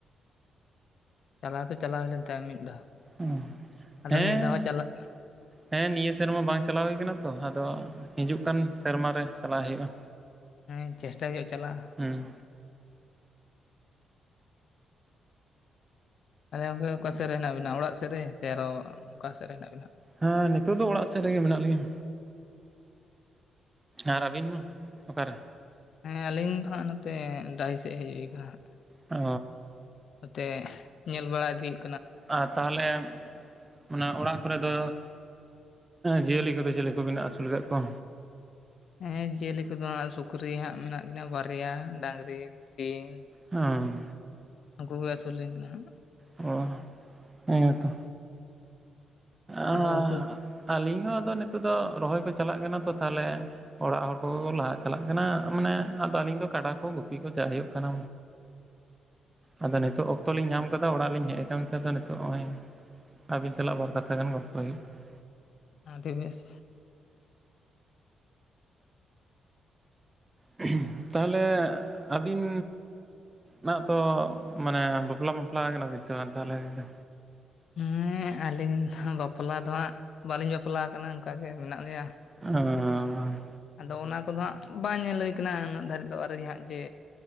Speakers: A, on the left; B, on the right.
A: ᱪᱟᱞᱟᱣ ᱛᱮ ᱪᱟᱞᱟᱣ ᱦᱩᱭ ᱞᱮᱱ ᱛᱟᱭᱚᱢ ᱢᱤᱫ ᱫᱷᱟᱣ
B: ᱚᱸ
A: ᱟᱫᱚ
B: ᱦᱮᱸ
A: ᱱᱤᱭᱟᱹ ᱫᱷᱟᱣ ᱦᱚᱸ ᱪᱟᱞᱟᱜ
B: ᱦᱮᱸ ᱱᱤᱭᱟᱹ ᱥᱮᱨᱢᱟ ᱵᱟᱝ ᱪᱟᱞᱟᱣ ᱦᱩᱭ ᱠᱟᱱᱟ ᱛᱚ ᱟᱫᱚ ᱦᱤᱡᱩᱜ ᱠᱟᱱ ᱥᱮᱨᱢᱟ ᱨᱮ ᱪᱟᱞᱟᱜ ᱦᱩᱭᱩᱜᱼᱟ
A: ᱦᱮᱸ ᱪᱮᱥᱴᱟᱭ ᱦᱩᱭᱩᱜᱼᱟ ᱪᱟᱞᱟᱜ
B: ᱦᱩᱸ
A: ᱟᱪᱷᱟ ᱜᱚᱝᱠᱮ ᱚᱠᱟᱥᱮᱫ ᱨᱮ ᱦᱮᱱᱟᱜ ᱵᱤᱱᱟ ᱚᱲᱟᱜ ᱥᱮᱫ ᱨᱮ ᱥᱮ ᱟᱨᱚ ᱚᱠᱟ ᱥᱮᱫ ᱨᱮ ᱦᱮᱱᱟᱜ ᱵᱤᱱᱟ
B: ᱦᱮᱸ ᱱᱤᱛᱚᱜ ᱫᱚ ᱚᱲᱟᱜ ᱥᱮᱫ ᱨᱮᱜᱮ ᱢᱮᱱᱟᱜ ᱞᱤᱧᱟ ᱟᱨ ᱨᱵᱤᱱ ᱦᱚ ᱚᱠᱟᱨᱮ
A: ᱦᱮᱸ ᱟᱹᱞᱤᱧ ᱫᱚ ᱦᱟᱸᱜ ᱱᱚᱛᱮ ᱰᱟᱹᱦᱤ ᱥᱮᱫ ᱦᱮᱡ ᱦᱩᱭ ᱟᱠᱟᱱᱟ ᱦᱟᱸᱜ
B: ᱚᱻ
A: ᱱᱚᱛᱮ ᱧᱮᱞ ᱵᱟᱲᱟ ᱤᱫᱤᱜ
B: ᱟᱨ ᱛᱟᱦᱞᱮ ᱚᱱᱟ ᱚᱲᱟᱜ ᱠᱚᱨᱮ ᱫᱚ ᱡᱤᱭᱟᱹᱞᱤ ᱠᱚᱫᱚ ᱪᱮᱞᱤ ᱠᱚᱵᱮᱱ ᱟᱹᱥᱩᱞ ᱟᱠᱟᱫ ᱠᱚᱣᱟ
A: ᱦᱮᱸ ᱡᱤᱭᱟᱹᱞᱤ ᱠᱚᱫᱚ ᱥᱩᱠᱨᱤ ᱦᱟᱸᱜ ᱢᱮᱱᱟᱜ ᱠᱤᱱᱟᱹ ᱵᱟᱨᱭᱟ ᱰᱟᱝᱨᱤ ᱥᱤᱢ
B: ᱚᱣ
A: ᱩᱱᱠᱩ ᱜᱮ ᱟᱹᱥᱩᱞᱤᱧ ᱠᱟᱱᱟ ᱦᱟᱸᱜ
B: ᱚ ᱦᱮᱸ ᱛᱚ ᱟᱻ
A: ᱟᱫᱚ ᱩᱱᱠᱩ
B: ᱟᱹᱞᱤᱧ ᱦᱚᱸ ᱟᱫᱚ ᱱᱤᱛᱚᱜ ᱫᱚ ᱨᱚᱦᱚᱭ ᱠᱚ ᱪᱟᱞᱟᱜ ᱠᱟᱱᱟ ᱛᱚ ᱛᱟᱦᱞᱮ ᱚᱲᱟᱜ ᱦᱚᱲ ᱠᱚᱜᱮ ᱠᱚ ᱞᱟᱦᱟ ᱪᱟᱞᱟᱜ ᱠᱟᱱᱟ ᱢᱟᱱᱮ ᱟᱫᱚ ᱟᱹᱞᱤᱧ ᱫᱚ ᱠᱟᱰᱟ ᱠᱚ ᱜᱩᱯᱤ ᱠᱚ ᱪᱟᱜ ᱦᱩᱭᱩᱜ ᱠᱟᱱᱟ ᱟᱫᱚ ᱱᱤᱛᱳᱜ ᱚᱠᱛᱚ ᱞᱤᱧ ᱧᱟᱢ ᱠᱟᱫᱟ ᱚᱲᱟᱜ ᱞᱤᱧ ᱦᱮᱡ ᱟᱠᱟᱱ ᱛᱮ ᱟᱫᱚ ᱱᱤᱛᱚᱜ ᱦᱚᱸᱜ ᱚᱭ ᱟᱹᱵᱤᱱ ᱥᱟᱞᱟᱜ ᱵᱟᱨ ᱠᱟᱛᱷᱟ ᱜᱟᱱ ᱜᱚᱞᱯᱚ ᱦᱩᱭᱩᱜ ᱠᱟᱱᱟ
A: ᱟᱫᱤ ᱵᱮᱥ
B: <unintelligible> ᱛᱟᱦᱞᱮ ᱟᱹᱵᱤᱱ ᱱᱟᱜ ᱛᱚ ᱢᱟᱱᱮ ᱵᱟᱯᱞᱟ ᱵᱟᱯᱞᱟ ᱟᱠᱟᱱᱟ ᱮᱱ ᱥᱮ ᱵᱟᱝ ᱛᱟᱦᱞᱮ ᱟᱵᱤᱱ ᱫᱚ
A: ᱦᱮᱸ ᱟᱹᱞᱤᱧ ᱵᱟᱯᱞᱟ ᱫᱚ ᱦᱜ ᱵᱟᱹᱞᱤᱧ ᱵᱟᱯᱞᱟ ᱟᱠᱟᱱᱟ ᱚᱱᱠᱟᱜ ᱜᱮ ᱢᱮᱱᱟᱜ ᱞᱤᱧᱟ
B: ᱟᱺᱻ
A: ᱟᱫᱚ ᱚᱱᱟ ᱠᱚᱫᱚ ᱦᱟᱸᱜ ᱵᱟᱝ ᱧᱮᱞ ᱦᱩᱭ ᱠᱟᱱᱟ ᱩᱱᱟᱹᱜ ᱫᱷᱟᱹᱨᱤᱡ ᱫᱚ ᱟᱹᱨᱤ ᱦᱟᱸᱜ ᱡᱮ